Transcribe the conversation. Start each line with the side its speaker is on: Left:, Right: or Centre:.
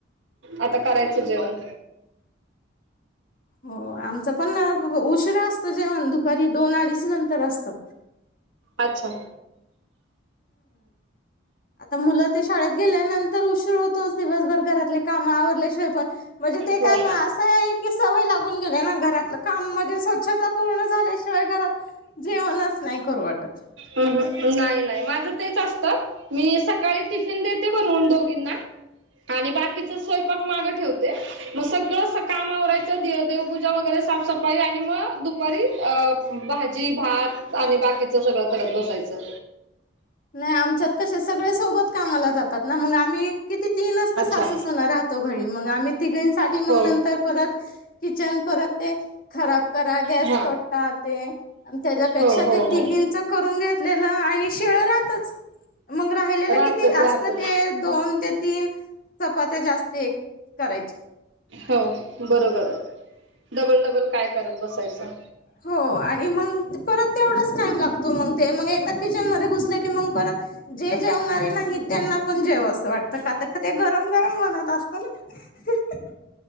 Right: आता करायचं जेवण?
Left: हो आमचा पण उशिरा असत जेवण दुपारी दोन अडीच नंतर असतं.
Right: अच्छा,
Left: तर मुलं ते शाळेत गेल्यानंतर उशीर होतोच दिवसभर घरातले काम आवरल्याशिवाय पण. म्हणजे ते
Right: हो
Left: काय म असं आहे की सवय लागून गेले ना घरातलं काम म्हणजे स्वच्छता पूर्ण झाल्या शी? घरात जेवणच नाय करू वाटत.
Right: ऊं हुं नाय नाय माझं तेच असतं. मी सकाळी टिफिन देते बनवुन दोघींना. आणि बाकीच स्वैपाक माग ठेवते. म सगळं स काम आवरायचं दे देवपूजा वगैरे साफसफाई आणि म दुपारी अ भाजी भात आणि बाकीचं सगळं करत बसायचं
Left: नाय आमच्यात कसं सगळे सोबत कामाला जातात ना मंग आमी किती तीनच
Right: अच्छा
Left: त सासू सुना राहतो घरी मंग आम्ही तिघींसाठी मंग
Right: हो
Left: नंतर परत किचन परत ते खराब करा गॅस
Right: हा
Left: कटा ते त्याच्यापेक्षा
Right: हो हो
Left: ते तिघींच
Right: हो
Left: करून घेतलेलं आणि शिळं रातच. मंग राहिलेलं
Right: राहतच
Left: किती असतं
Right: राहतच
Left: ते दोन ते तीन चपात्या जास्त एक करायच्या.
Right: हो बरोबरे डबल डबल काय करत बसायचं.
Left: हो आणि मंग ते परत तेवढाच टाइम लागतो मंग ते मंग एकदा किचन मध्ये घुसलं की मंग परत जे जेवणारे नाहीत त्यांना पण जेवा असं वाटतं का त कात् ते गरम गरम बनत असत न.